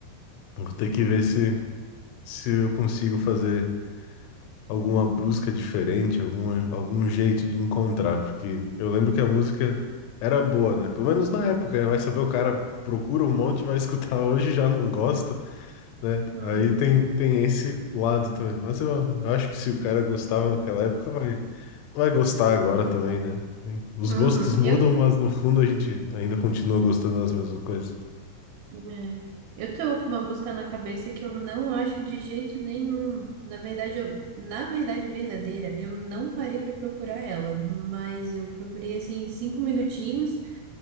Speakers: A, on the left; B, on the right.
A: Vou ter que ver se, se eu consigo fazer alguma busca diferente, alguma, algum jeito de encontrar, porque eu lembro que a música era boa, né? Pelo menos na época, né? Vai saber o cara procura um monte, vai <laughs> escutar hoje e já não gosta, né?
B: Uhum.
A: Aí tem, tem esse lado também. Mas eu, eu acho que se o cara gostava naquela época, vai, vai gostar agora também, né? Os
B: Uhum.
A: gostos mudam,
B: Eu,
A: mas no fundo a gente ainda continua gostando das mesmas coisas.
B: é, eu tô com uma música na cabeça que eu não acho de jeito nenhum. Na verdade, eu, na verdade verdadeira, eu não parei pra procurar ela, mas eu procurei assim cinco minutinhos